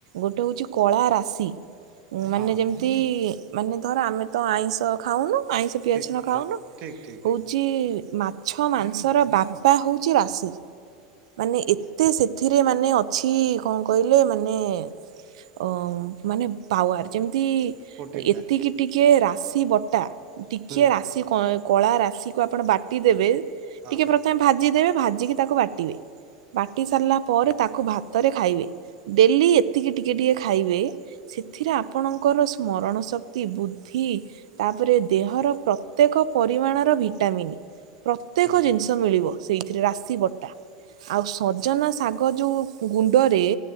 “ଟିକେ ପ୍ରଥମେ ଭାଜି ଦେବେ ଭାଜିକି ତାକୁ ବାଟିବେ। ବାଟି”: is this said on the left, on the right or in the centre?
Right